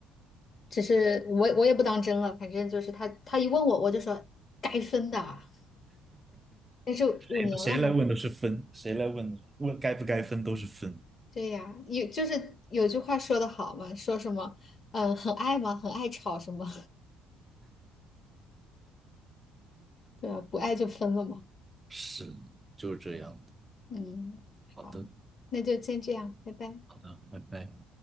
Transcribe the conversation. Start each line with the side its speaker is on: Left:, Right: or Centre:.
Left: 只是我我也不当真了，反正就是他他一问我，我就说该分的啊，但是五年了还
Right: 谁谁来问都是分，谁来问问该不该分都是分，
Left: 对呀，有就是有句话说的好嘛，说什么嗯很爱吗？很爱吵什么？<laughs> 对啊，不爱就分了嘛。
Right: 是，就是这样的。
Left: 嗯，
Right: 好的，
Left: 好，那就先这样，拜拜。
Right: 好的，拜拜。